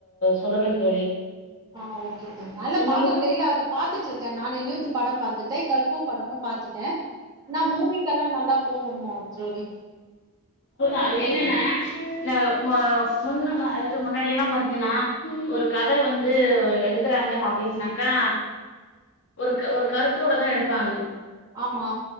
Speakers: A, on the left; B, on the right.
A: சொல்லணு தோழி
B: ஆ ஓகே தோழி நல்ல
A: உங்களுக்கு
B: பாக்ககு டெய்லி அத பாத்துட்டு இருக்க நானு யூத்து படம் பாக் திட்டைய் கருப்பு படமு பாத்துட்ட நா மூவிக்கல்லா நல்லா போவோமோ தோழி
A: அது என்னண்ணா
B: ஆமா
A: ந மூ முன்னனா அதாவது முன்னாடில்லா பாத்தீங்கன்னா ஒரு கத வந்து எடு எடுக்கறாங்க அப்டின்னாக்கா ஒரு ஒரு கருத்தோட தா எடுப்பாங்க
B: ஆமா